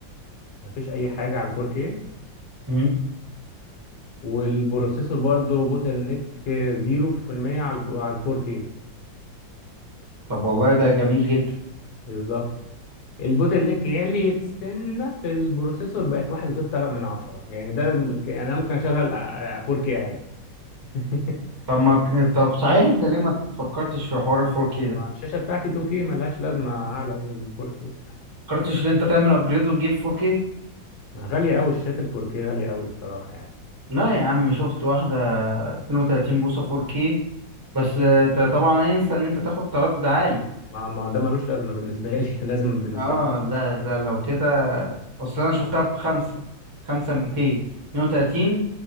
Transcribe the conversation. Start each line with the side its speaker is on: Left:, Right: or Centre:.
Left: مفيش اي حاجه على ال 4K
Right: امم
Left: والبروسيسور برضو بوتل نيك 0% على الب- على ال 4K
Right: طب والله ده جميل جدا
Left: بالظبط البوتل نيك عالي سنه في البروسيسور بقت 1.6 من عشرة يعني ده الم- يعني انا ممكن اشغل 4K عادي <laughs>
Right: طب ما ك- طب صحيح انت ليه ما تفكرتش في حوار ال 4K ده ما
Left: الشاشه بتاعتي 2K ملهاش لازمه اعلى لل 4K
Right: فكرتش ان انت تعمل ابجريد وتجيب 4K
Left: غالية أوي شاشات الفوركي غالية أوي بصراحة يعني
Right: لا يا عم شفت واحدة 32 بوصة 4K بس آه، انت طبعا انسى ان انت تاخد تردد عالي
Left: ما ما ده ملوش لازمة بالنسبة لي <laughs> لازم بالنسبة
Right: اه
Left: لي
Right: لا لا لو كده اصل انا شفتها بخمسة خمسة 200 32